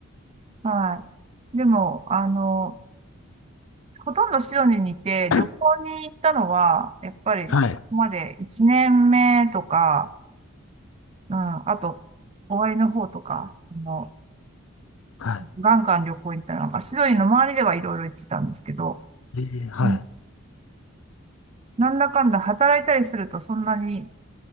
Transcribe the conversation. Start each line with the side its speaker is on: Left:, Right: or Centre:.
Right: はい。でも、あの、ほとんどシドニーにいて、
Left: <coughs>
Right: 旅行に行ったのは、やっぱり、
Left: はい。
Right: そこまで1年目とか、うん、あと、終わりの方とか、あの、
Left: は
Right: ガンガン旅行に行ったりなんか、シドニーの周りではいろいろ行ってたんですけど、
Left: い。ええはい。
Right: うんなんだかんだ働いたりするとそんなに